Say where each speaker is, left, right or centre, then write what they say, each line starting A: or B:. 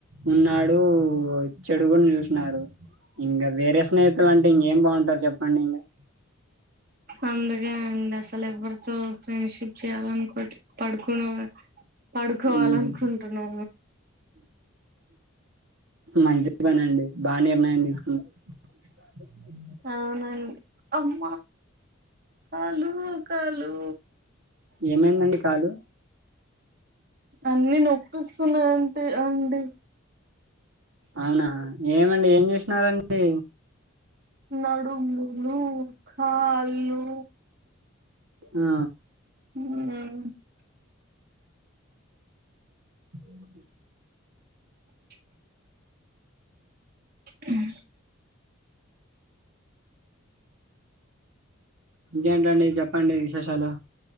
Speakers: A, on the right; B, on the right.
A: ఉన్నాడు చెడు కూడా చూసినారు ఇంకా వేరే స్నేహితులు అంటే ఇంకేం బాగుంటారు చెప్పండి ఇంకా
B: అందుకే అండి అసలు ఎవ్వరితో ఫ్రెండ్షిప్ చేయాల అనుకో పడుకునేవ పడుకోవాలనుకుంటున్నా
A: ఉమ్, మంచి పని అండి బాగా నిర్ణయం తీసుకున్నారు ఉక్
B: అవునండి అమ్మా కాలు క లు
A: ఏమైందండి కాలు
B: అన్ని నొపిస్తున్నాంటే అండి
A: అవునా ఏమండి ఏం చేసినారండి
B: నడుములు కాళ్లు
A: ఆ
B: ఉమ్
A: ఉమ్
B: టిక్ హా
A: ఇంకేంటండి చెప్పండి విశేషాలు